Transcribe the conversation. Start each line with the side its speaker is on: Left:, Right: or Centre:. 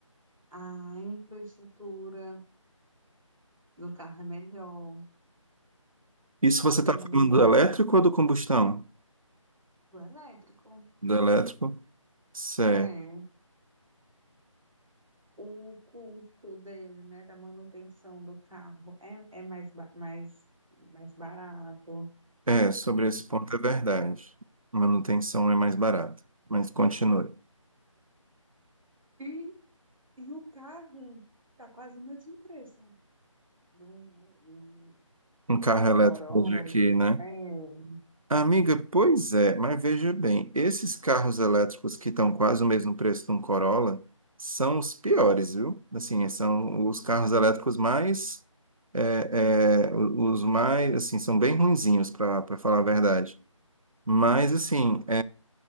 Centre: A infraestrutura do carro é melhor.
Right: Isso você
Centre: O
Right: está falando do elétrico ou do combustão?
Centre: do elétrico,
Right: Do elétrico? Certo.
Centre: é. O custo dele, né, da manutenção do carro é, é mais, ba- mais, mais barato.
Right: É, sobre esse ponto é verdade. Manutenção é mais barata. Mas continue.
Centre: E, e o carro tá quase o mesmo preço do, do
Right: Um carro elétrico
Centre: Corolla.
Right: de aqui, né?
Centre: É. é.
Right: Amiga, pois é, mas veja bem, esses carros elétricos que estão quase o mesmo preço de um Corolla são os piores, viu? Assim, são os carros elétricos mais, é, é, os mais, assim, são bem ruinzinhos, para para falar a verdade. Mas, assim,